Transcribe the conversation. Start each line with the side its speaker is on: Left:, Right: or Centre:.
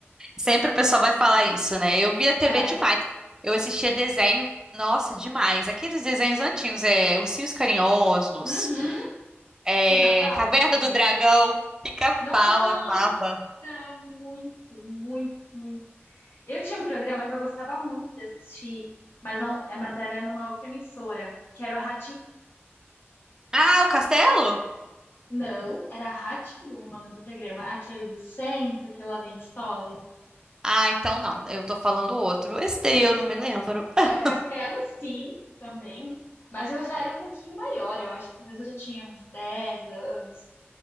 Right: Sempre o pessoal vai falar isso, né? Eu via TV
Left: É.
Right: demais. Eu assistia desenho, nossa, demais. Aqueles desenhos antigos, é Ursinhos Carinhosos,
Left: Uhum.
Right: é
Left: Pica-pau?
Right: Caverna do Dragão, Pica-Pau,
Left: Nossa,
Right: amava.
Left: muito, muito, muito. Eu tinha um programa que eu gostava muito de assistir, mas não, é, mas era numa outra emissora, que era o rá
Right: Ah, o Castelo?
Left: Não, era rá o nome do programa, aquele do Senta, que lá vem história.
Right: Ah, então não. Eu tô falando outro. Esse daí eu não me lembro. <laughs>
Left: É o Castelo, sim, também, mas eu já era um pouquinho maior, eu acho que talvez eu já tinha uns 10 anos.